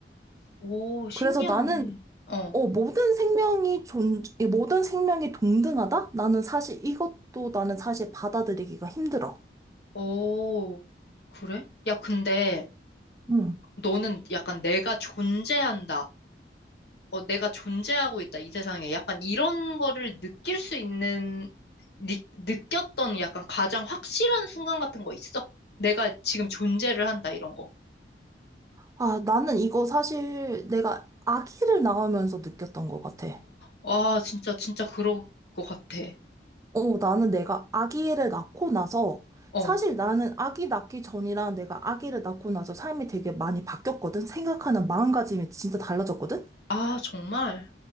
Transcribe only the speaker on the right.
그래서 나는
어, 모든 생명이 존, 이 모든 생명이 동등하다? 나는 사실 이것도 나는 사실 받아들이기가 힘들어.
응.
아, 나는 이거 사실 내가 아기를 낳으면서 느꼈던 것 같아.
어, 나는 내가 아기를 낳고 나서
사실 나는 아기 낳기 전이랑 내가 아기를 낳고 나서 삶이 되게 많이 바뀌었거든? 생각하는 마음가짐이 진짜 달라졌거든?